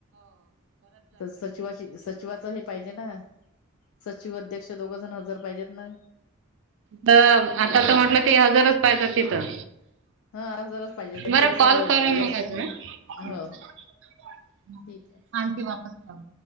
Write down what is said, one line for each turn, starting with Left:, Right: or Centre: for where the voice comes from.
Left: त सचिवाची सचिवाच हे पाहिजे ना. सचिव अध्यक्ष दोघ जण हजर पाहिजेत ना
Right: त आता त पल ते हजरच पाहिजे तिथं
Left: हा हजारच पाहिजे तरी
Right: बरं
Left: तरी सर
Right: कॉल
Left: हो
Right: कर मंग अजून हा.
Left: हो ठीक आहे.
Right: आंटी वापस पा